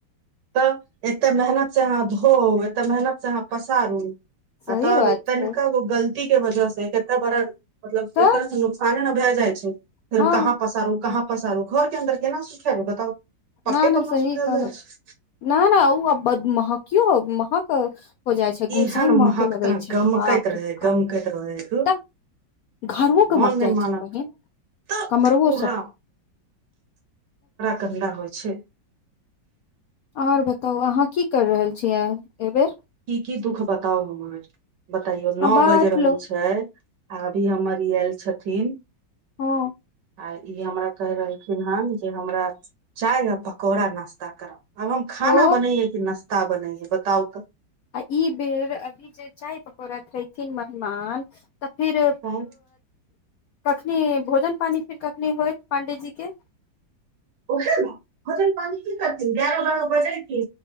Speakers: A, on the right; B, on the left.
A: तऽ एते मेहनत सऽ अहाँ धोउ एते मेहनत से अहाँ पसारू
B: सही
A: आ
B: बात छै
A: तनि क गलती। के वजह से कते बड़ा मतलब
B: तऽ
A: एक तरह से नुकसाने ने भए जाइ छै। फेर
B: हँ
A: कहाँ पसारू कहाँ पसारू घोर के अन्दर केना सुख ह बताउ पत
B: न न
A: पर्ण
B: सही
A: सुखा
B: कहलहु
A: जा छै।
B: न नहि ओ महकियौ महक। हो जाइ छै। गुमसइन
A: एहन
B: मके
A: महक
B: लगै
A: तरह
B: छै।
A: गमकैत
B: बाप
A: रहे
B: रे बाप
A: गमकैत रहे धुर
B: तब घरवो कमक
A: मन नहि
B: जाइ
A: मानत
B: छै। बहिन
A: तऽ
B: कमरवो
A: पूरा
B: सभ
A: कधा होइ छै।
B: आओर बताउ अहाँ की कर रहल छीयै एहिबेर
A: की की दुःख बताउर बतइयो नओ
B: आ बात
A: बाजि रहल
B: लो
A: छै आ अभी हमर ई आयल छथिन।
B: हा
A: आ इ हमरा कहि रहलखिन हन जे हमरा चाय आ पकौड़ा नास्ता करा अब हम खाना
B: ओ
A: बनै कि नाश्ता बनैएै। बताउ तऽ
B: आ ई बेर अभी जे चाय पकोड़ा खेथिन। मेहमान तऽ फिर
A: तऽ
B: कखनी भोजन पानी फिर कखनी होइत पाण्डी जी के
A: ओह ने भजन प की करथिन एगारह बारह बजे छै।